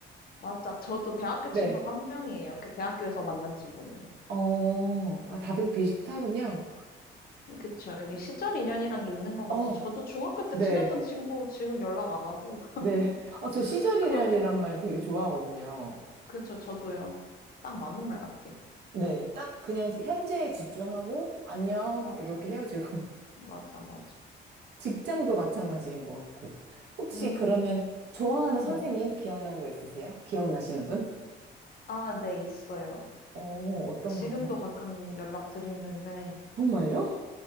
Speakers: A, on the left (about 50°); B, on the right (about 55°).
A: 맞아. 저도 대학교
B: 네.
A: 친구 한 명이에요. 그 대학교에서 만난 친구는.
B: 어, 아, 다들 비슷하군요.
A: 그쵸. 이게 시절 인연이란 게 있는 것 같아요.
B: 어,
A: 저도 중학교 때
B: 네.
A: 친했던 친구 지금 연락 안 하고. <laughs>
B: 네. 아, 저 시절이란이란
A: 그렇게,
B: 말 되게 좋아하거든요.
A: 그쵸. 저도요. 딱 맞는 말 같아요.
B: 네. 딱 그냥 현재에 집중하고, 안녕,
A: 맞아,
B: 이렇게 헤어지고.
A: 맞아, 맞아.
B: <laughs> 직장도 마찬가지인 것 같고. 혹시
A: 음,
B: 그러면 좋아하는 선생님
A: 네.
B: 기억나는 거 있으세요? 기억나시는 분?
A: 아, 네, 있어요.
B: 어, 어떤
A: 지금도
B: 거 한번?
A: 가끔 연락 드리는데,
B: 정말요?